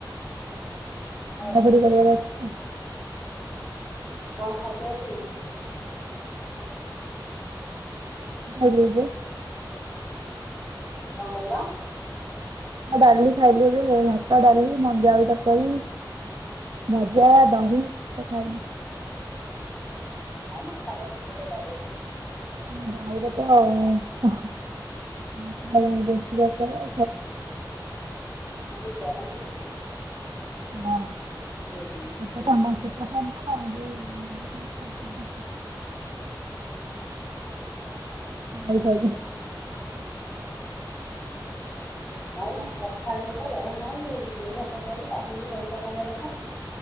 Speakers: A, on the left (about 25°); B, on the right (about 65°).
A: ହ୍ୟାଲୋ
B: ଆଉ ଗୋଟେ କରିବାର ଅଛି ତ।
A: କଣ ଖାଇଚ ଆଜି? <inaudible>
B: ହୁଁ ଖାଇଲି ଏବେ।
A: କଁ କହିଲ?
B: ଭାତ ଡାଲି ଖାଇଦେଲି ଭାତ ଡାଲି ମଞ୍ଜା ଆଳୁ ତରକାରୀ। ଭଜା ଦହି ଏଇଟା ଖାଇନି।
A: ଆଇନି ଖରା ଦିନ ତତେ ଦହି ବହୁତୁ ଭଲ।
B: ହଁ ଦହିରେତ ହଁ <unintelligible> ଗାଳିରେ ତ ବେଶୀ ଦରକାର।
A: <unintelligible> ଗରମ ହୋଉଛି।
B: ହଁ
A: ଯୋଉ ଭାତକୁ
B: ପେଟ ଥଣ୍ଡା ପେଟ ଥଣ୍ଡା ଆ ଯୋଉ <unintelligible> <unintelligible>
A: ହୁଁ। ନାଇ ନା ପଖାଳ ଭାତ ଗରମ ହଉ ଯୋଉ ଭାତ ଖାଇଲୁ ତା ସାଙ୍ଗୁ ଦହିଟା ଖାଇବା କଥା।